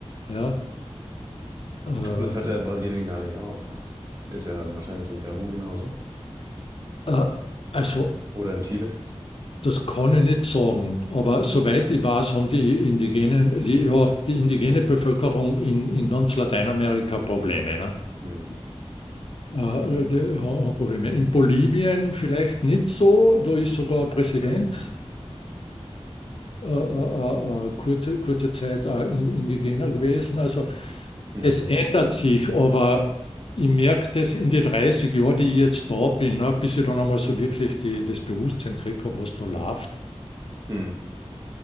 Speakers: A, on the left; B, on the right.
A: Ja. Äh,
B: Und das hört ja in Brasilien gar nicht auf. Das ist ja dann wahrscheinlich in Peru genauso.
A: äh, also,
B: Oder in Chile.
A: das kann ich nicht sagen. Aber soweit ich weiß, haben die indigene, die, ja, die indigene Bevölkerung in, in ganz Lateinamerika Probleme. Ne?
B: Mhm.
A: Äh, die haben Probleme. In Bolivien vielleicht nicht so. Da ist sogar ein Präsident äh, äh, äh, äh, kurze, kurze Zeit äh, indigener gewesen. Also
B: Mhm.
A: es ändert sich, aber ich merke das in den 30 Jahren, die ich jetzt da bin, ne, bis ich dann einmal so wirklich die, das Bewusstsein gekriegt habe, was da läuft.
B: Mhm.